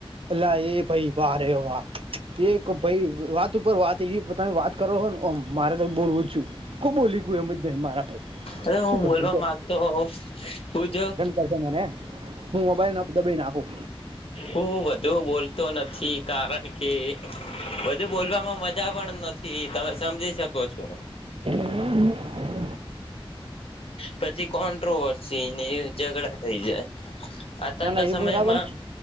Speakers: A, on the right; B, on the left.
A: અલ્લાહ એ ભાઈ વા વા એ ભાઈ વાત ઉપર વાત એ તમે વાત કરો ને ઓમ મારે તો બોલવું જ છું કો બોલી એમ જ ન મારા
B: અરે હું
A: શું કરક
B: બોલવા માંગતો હું જો
A: કર મને હું મોબાઈલ દબાઈ નાખું.
B: હું વધુ બોલતો નથી કારણ કે વધુ બોલવામાં મજા પણ નથી. તમે સમજી શકો છો.
A: હ હ.
B: પછી કોન્ટ્રોવર્સી ની ઝઘડા થઈ જાય. અત્યારના
A: ના ના
B: સમયમાં
A: એ બરાબર